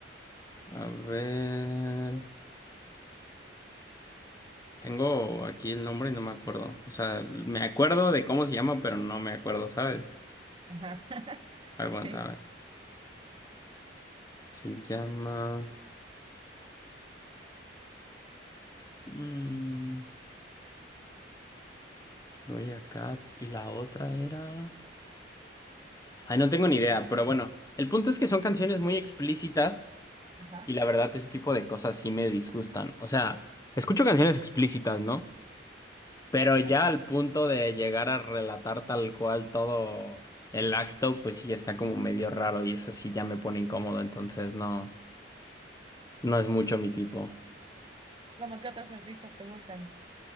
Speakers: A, on the left; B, on the right.
A: A ver. Tengo aquí el nombre y no me acuerdo. O sea, me acuerdo de cómo se llama, pero no me acuerdo, ¿sabes?
B: Ajá. <laughs>
A: Aguanta,
B: Ok.
A: a ver. Se llama. mm, Doja Cat y la otra era. Ay, no tengo ni idea, pero bueno. El punto es que son canciones muy explícitas
B: Ajá.
A: y la verdad ese tipo de cosas sí me disgustan. O sea, escucho canciones explícitas, ¿no? Pero ya
B: Ajá.
A: al punto de llegar a relatar tal cual todo el acto, pues sí ya está como medio raro y eso sí ya me pone incómodo, entonces no. No es mucho mi tipo.
B: Vamos, ¿qué otros artistas te gustan?